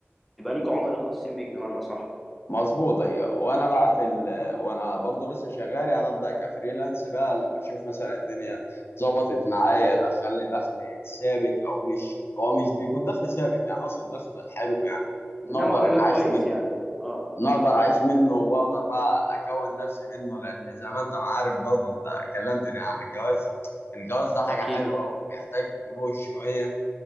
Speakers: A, in the centre; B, on the left (about 65°).
A: يبقى ليك عملاء خاصين بيك بمعنى صح
B: مظبوط ايوه وانا بقى في ال... وانا برضه لسه شغال يعني ابدا كفريلانس بقى لما اشوف مثلا الدنيا ظبطت معايا دخل لي دخل ثابت او مش هو مش بيكون دخل ثابت يعني اقصد دخل حلو يعني
A: نوعا
B: نقدر
A: ما
B: ان اعيش
A: كويس
B: منه
A: يعني اه
B: نقدر اعيش منه
A: مم.
B: واقدر بقى اكون نفسي منه لان زي ما انت ما عارف برضه انت كلمتني عن الجواز الجواز ده حاجه
A: أكيد
B: حلوه وبيحتاج فلوس شويه